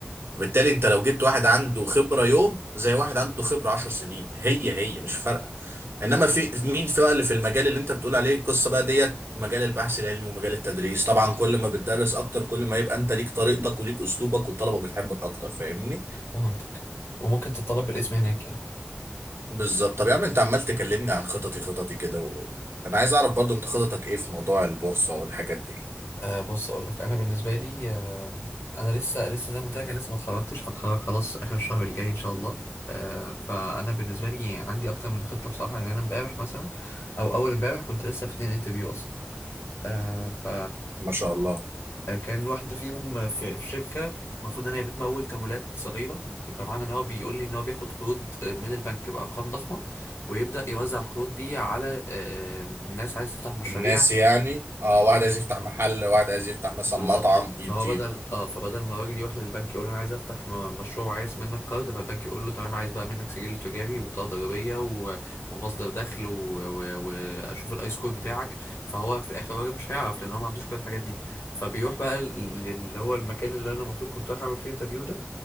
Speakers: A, on the right; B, on the left.
A: فبالتالي انت لو جبت واحد عنده خبرة يوم زي واحد عنده خبرة عشر سنين هي هي مش فارقة انما في مين في بقى اللي في المجال اللي انت بتقول عليه القصة بقى ديت مجال البحث العلمي ومجال التدريس طبعا كل ما بتدرس اكتر كل ما يبقى انت ليك طريقتك وليك اسلوبك والطلبة بتحبك اكتر فاهمني
B: فهمتك وممكن تطلب بالاسم هناك يعني
A: بالظبط طب يا عم انت عمال تكلمني عن خططي خططي كده و... انا عايز اعرف برضو انت خططك ايه في موضوع البورصة والحاجات دي
B: آه بص اقول لك انا بالنسبه لي آه انا لسه لسه زي ما قلت لك انا لسه ما اتخرجتش هتخرج خلاص اخر الشهر الجاي ان شاء الله آه فانا بالنسبه لي عندي اكتر من خطه بصراحه يعني انا امبارح مثلا او اول امبارح كنت لسه في اتنين انترفيو اصلا آه ف
A: ما شاء الله
B: آه، كان واحدة فيهم في في شركة المفروض إن هي بتمول تمويلات صغيرة بمعنى إن هو بيقول لي إن هو بياخد قروض آه، من البنك بأرقام ضخمة ويبدأ يوزع القروض دي على آه، آه، ناس عايزة تفتح مشاريع
A: الناس يعني اه واحد عايز يفتح محل واحد عايز يفتح مثلا
B: بالظبط
A: مطعم يديله
B: فهو بدل اه فبدل ما الراجل يروح للبنك يقول له انا عايز افتح م- مشروع وعايز منك قرض فالبنك يقول له تمام عايز بقى منك سجل تجاري وبطاقه ضريبيه و... ومصدر دخل و... و... واشوف الاي سكور بتاعك فهو في الاخر الراجل مش هيعرف لان هو ما عندوش كل الحاجات دي فبيروح بقى ل- اللي هو المكان اللي انا المفروض كنت رايح اعمل فيه انترفيو ده